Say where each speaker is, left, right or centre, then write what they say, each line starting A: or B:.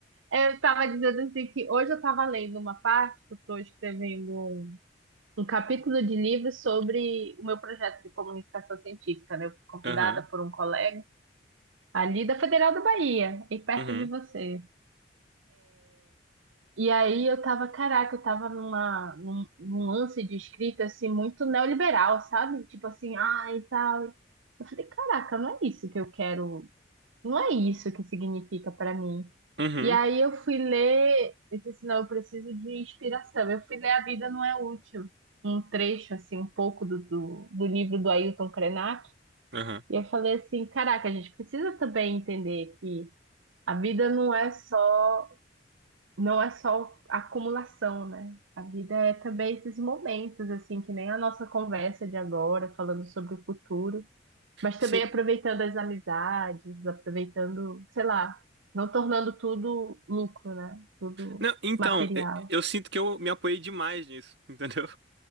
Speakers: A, on the right; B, on the right.
A: Eu estava dizendo assim que hoje eu estava lendo uma parte que eu estou escrevendo um um capítulo de livro sobre o meu projeto de comunicação científica, né? Eu fui convidada
B: Aham.
A: por um colega ali da Federal da Bahia, e perto
B: Uhum.
A: de você. E aí eu tava, caraca, eu tava numa, num, num lance de escrita, assim, muito neoliberal, sabe? Tipo assim, ah, e tal. Eu falei, caraca, não é isso que eu quero não é isso que significa para mim.
B: Uhum.
A: E aí eu fui ler, eu disse assim, não, eu preciso de inspiração. Eu fui ler A Vida Não É Útil, um trecho, assim, um pouco do, do, do livro do Ailton Krenak.
B: Aham.
A: E eu falei assim, caraca, a gente precisa também entender que a vida não é só, não é só acumulação, né? A vida é também esses momentos, assim, que nem a nossa conversa de agora, falando sobre o futuro. Mas
B: Sim.
A: também aproveitando as amizades, aproveitando, sei lá, não tornando tudo lucro, né? Tudo
B: Não, então,
A: material.
B: e- eu sinto que eu me apoiei demais nisso, <laughs> entendeu?